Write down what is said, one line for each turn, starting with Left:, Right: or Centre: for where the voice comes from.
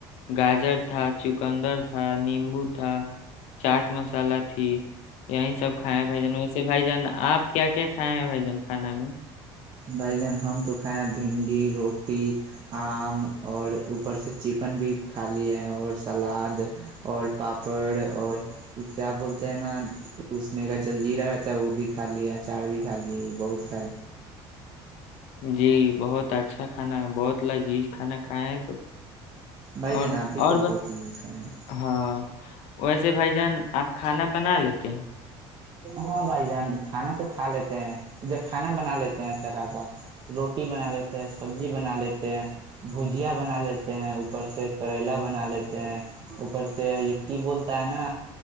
Left: گاجر تھا چکندر تھا نیمبو تھا چاٹ مسلہ تھی یہیں سب کائے ہیں بھائی جن ویسے بھائی جان آپ کیا کیا کھائے ہیں بھائی جان کھانا میں
Right: بھائی جان ہم تو کھائے ہیں بھنڈی روٹی آم اور اوپر سے چکن بھی کھا لیے اور سلاد اور پاپڑ اور یہ کیا بولتے ہیں نا اس میں کا جلجیرا رہتا ہے وہ بھی کھا لے اچار بھی کھا لیے یہ بہت کھائے
Left: جی بہت اچھا کھانا بہت لذیذ کھانا کھائے ہیں تو
Right: بھائی
Left: اور
Right: جناب بھی
Left: اور
Right: تو بہت
Left: ب-
Right: لذیز کھا ہے
Left: ہاں ویسے بھائی جان آپ کھانا بنا لیتے ہیں
Right: ہاں بھائی جان کھانا تو کھا لیتے ہیں جب کھانا بنا لیتے ہیں اچھا خاصا روٹی بنا لیتے ہیں سبزی بنا لیتے ہیں بھجیا بنا لیتے ہیں اوپر سے کریلا بنا لیتے ہیں اوپر سے یہ کی بولتا ہے نا